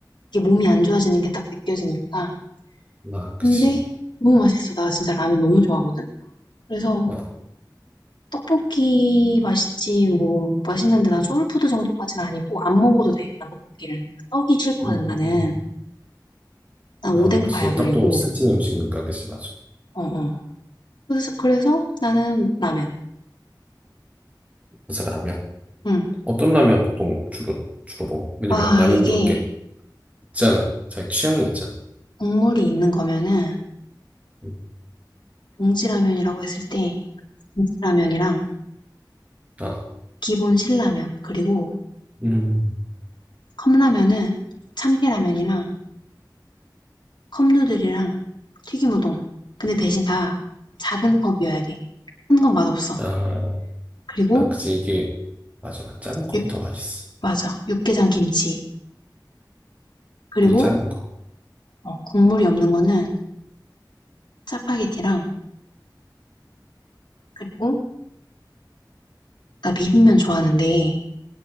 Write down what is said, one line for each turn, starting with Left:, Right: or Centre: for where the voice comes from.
Left: 이게 몸이 안 좋아지는 게 딱 느껴지니까.
Right: 아,
Left: 근데
Right: 그치.
Left: 너무 맛있어. 나 진짜 라면 너무 좋아하거든. 그래서
Right: 어,
Left: 떡볶이 맛있지, 뭐, 맛있는데 난 소울푸드 정도까진 아니고, 안 먹어도 돼, 난 떡볶이를. 떡이 싫거든,
Right: 음,
Left: 나는.
Right: 음.
Left: 난 오뎅파야,
Right: 아, 그치.
Left: 그리고.
Right: 떡도 살찐 음식이니까, 그치, 맞아.
Left: 어, 어. 그래서, 그래서 나는 라면.
Right: 그래서 라면.
Left: 응.
Right: 어떤 라면 보통 주로, 주로 먹어? 왜냐면
Left: 아,
Right: 라면도
Left: 이게
Right: 이렇게 있잖아. 자기 취향이 있잖아.
Left: 국물이 있는 거면은,
Right: 음.
Left: 봉지라면이라고 했을 때, 김치라면이랑
Right: 아,
Left: 기본 신라면, 그리고
Right: 음.
Left: 컵라면은 참깨라면이랑 컵누들이랑 튀김우동. 근데 대신 다 작은 컵이어야 돼. 큰 건 맛없어.
Right: 아,
Left: 그리고
Right: 아, 그치. 이게, 맞아. 맞아. 작은 컵이
Left: 유-
Right: 더 맛있어.
Left: 맞아. 육개장 김치. 그리고
Right: 그것도 작은 거.
Left: 어, 국물이 없는 거는 짜파게티랑 그리고 나 비빔면 좋아하는데